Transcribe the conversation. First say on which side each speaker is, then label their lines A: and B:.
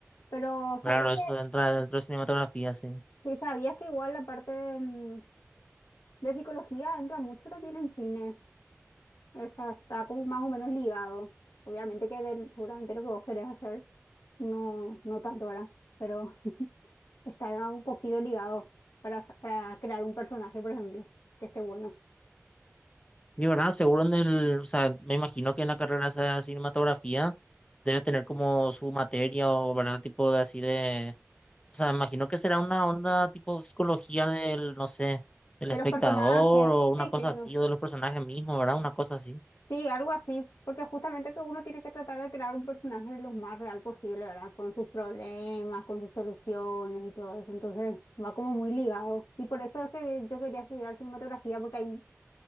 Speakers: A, on the left (about 80°); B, on the left (about 20°).
A: Pero ¿sabías
B: Claro,
A: que,
B: eso entra dentro de cinematografía, sí.
A: sí, sabías que igual la parte de, mm, De psicología entra mucho también en cine. esa está como más o menos ligado. Obviamente que del- seguramente lo que vos querés hacer, no, no tanto, ¿verdad? Pero está un poquito ligado para, para crear un personaje, por ejemplo, que esté bueno.
B: Y verdad, seguro en el, o sea, me imagino que en la carrera esa de cinematografía debe tener como su materia o, ¿verdad? Tipo de así de O sea, me imagino que será una onda tipo psicología del, no sé, del
A: De
B: espectador
A: los personajes,
B: o una
A: sí,
B: cosa
A: claro.
B: así, o de los personajes mismos, ¿verdad? Una cosa así.
A: Sí, algo así, porque justamente que uno tiene que tratar de crear un personaje lo más real posible, ¿verdad? Con sus problemas, con sus soluciones y todo eso. Entonces va como muy ligado. Y por eso es que yo quería estudiar cinematografía, porque hay